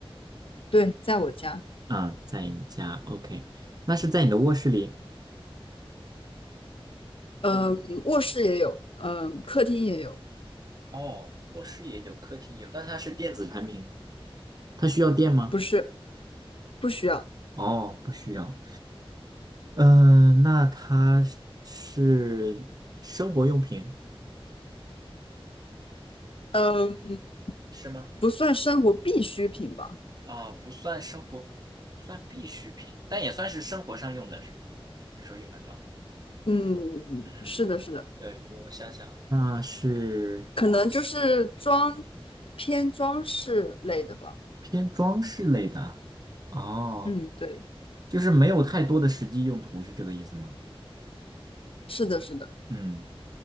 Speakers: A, on the left; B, on the right.
A: 对，在我家，
B: 啊，在你家，OK，那是在你的卧室里。
A: 嗯，
B: 是
A: 卧室也有，嗯，客厅也有，
B: 哦，卧室也有，客厅也有，那它是电子产品，它需要电吗？
A: 不是，不需要，
B: 哦，不需要。嗯、那它是是生活用品。
A: 嗯，
B: 是吗？
A: 不算生活必需品吧。
B: 啊，不算生活，算必需品，但也算是生活上用的，是吗？有时候用得到。
A: 嗯，
B: 嗯，
A: 是的，是的，
B: 对，我想想，那是
A: 可能就是装偏装饰类的吧。
B: 偏装饰类的哦，
A: 嗯，对，
B: 就是没有太多的实际用途，是这个意思吗？
A: 是的，是的。
B: 嗯，